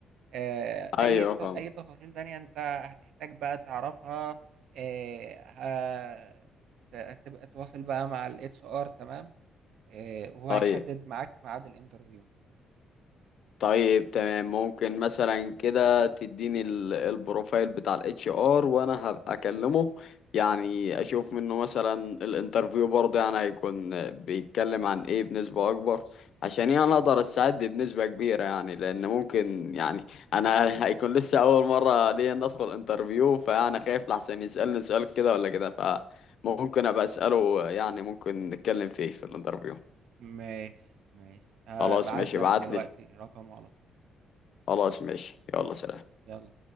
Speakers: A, on the right; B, on the left.
A: آه،
B: ايوه
A: أي ت-
B: فاهم
A: أي تفاصيل تانية أنت هتحتاج بقى تعرفها آه، هت- هتبقى تواصل بقى مع ال HR تمام آه، وهو
B: طيب
A: هيحدد معاك ميعاد الانترفيو
B: طيب تمام ممكن مثلا كده تديني ال- البروفايل بتاع الاتش ار وانا هبقى اكلمه يعني اشوف منه مثلا الانترفيو برضه يعني هيكون بيتكلم عن ايه بنسبة اكبر عشان يعني اقدر اساعد بنسبة كبيرة يعني لان ممكن يعني انا <laughs> هيكون لسه اول مرة ليا إن ادخل انترفيو فانا خايف لحسن يسألني سؤال كده ولا كده فممكن ابقى اسأله يعني ممكن نتكلم فيه في الانترفيو
A: ماشي ماشي هبعت
B: خلاص ماشي
A: لك
B: ابعت
A: دلوقتي
B: لي
A: رقمه على طول
B: خلاص ماشي يلا سلام
A: يلا